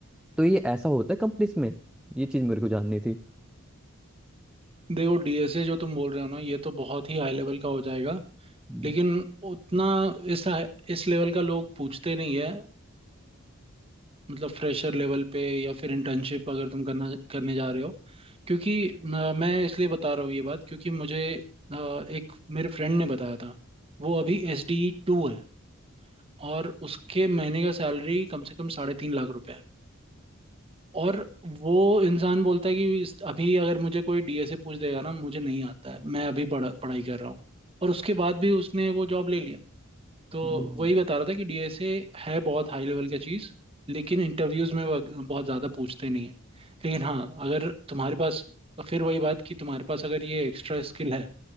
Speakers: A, in the centre; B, on the right.
A: तो ये ऐसा होता है कंपनीज में ये चीज़ मेरे को जाननी थी
B: देखो डीएसए जो तुम बोल रहे हो ना ये तो बहुत ही हाई लेवल का हो जाएगा
A: हम्म,
B: लेकिन उतना इस इस लेवल का लोग पूछते नहीं है मतलब फ्रेशर लेवल पे या फिर इंटर्नशिप अगर तुम करना करने जा रहे हो क्योंकि अ, मैं इसलिए बता रहा हूँ ये बात क्योंकि मुझे अ, एक मेरे फ्रेंड ने बताया था वो अभी एस डी टू है और उसके महीने का सैलरी कम से कम साढ़े तीन लाख रुपए है और वो इंसान बोलता है कि इस- अभी अगर मुझे कोई डीएसए पूछ देगा ना मुझे नहीं आता है मैं अभी पढ़ा पढ़ाई कर रहा हूँ और उसके बाद भी उसने वो जॉब ले लिया तो
A: हम्म,
B: वही बता रहा था कि डीएसए है बहुत हाई लेवल की चीज़ लेकिन इंटरव्यूज में वो बहुत ज़्यादा पूछते नहीं है लेकिन हाँ अगर तुम्हारे पास फिर वही बात कि तुम्हारे पास अगर ये एक्स्ट्रा स्किल है